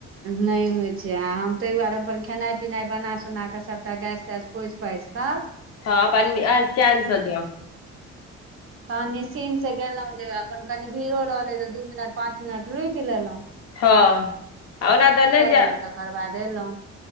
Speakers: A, on the right (about 45°); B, on the left (about 55°).
A: नहि होइ छै आ हम ताहि दुआरे हम अपन खेनाइ पिनाइ बना सोना कऽ सभटा गैस तैस पोछि पाछि कऽ
B: हँ अपन चैनसँ जाउ।
A: हँ निश्चिंतसे गेलौ जे अपन कनी भीड़ो रहले तऽ दू मिनट पांच मिनट रुकि लेलौ
B: हँ ओना त नै जेए
A: लेलहुँ तकर बाद एलहुँ